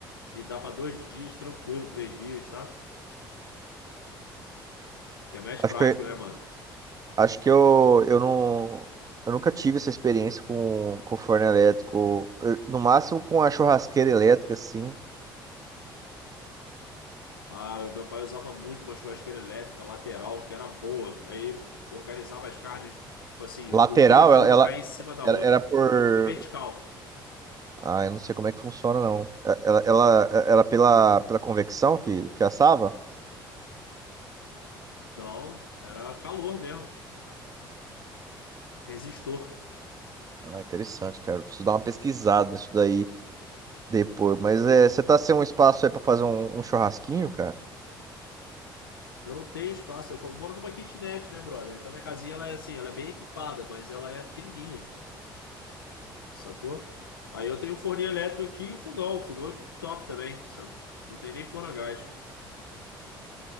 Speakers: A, on the left; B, on the right.
A: e dá pra dois dias tranquilo, três dias, sabe? Que é mais
B: Acho
A: prático,
B: que, eu-
A: né, mano?
B: acho que eu, eu não... Eu nunca tive essa experiência com, com forno elétrico. Eu- no máximo com a churrasqueira elétrica, assim.
A: Ah, meu pai usava muito uma churrasqueira elétrica lateral, que era boa. Aí eu organizava as carnes, tipo assim,
B: Lateral,
A: a gordura de
B: ela,
A: uma
B: ela,
A: caía em cima da
B: ela
A: outra.
B: era por...
A: É vertical.
B: Ah, eu não sei como é que funciona, não. Ela, ela, ela era pela, pela convecção que, que assava?
A: Não, era calor mesmo. Resistor.
B: Ah, interessante, cara. Eu Preciso dar uma pesquisada nisso daí depois. Mas é, você tá sem um espaço aí pra fazer um, um churrasquinho, cara?
A: Eu não tenho espaço. Eu moro numa kitnet, né, brother? Então minha casinha, ela é assim, ela é bem equipada, mas ela é pequenininha. sacou? Aí eu tenho o forninho elétrico aqui e o fogão. O fogão é cooktop também, sabe? Não tem nem forno a gás.